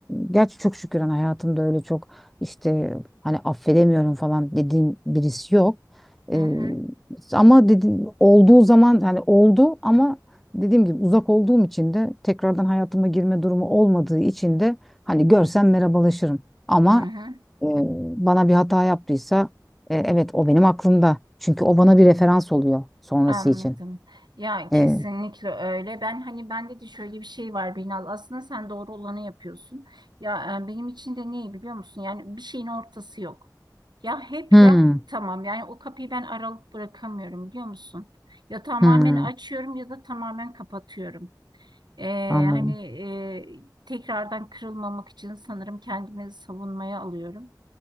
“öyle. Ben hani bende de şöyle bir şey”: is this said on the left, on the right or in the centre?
Right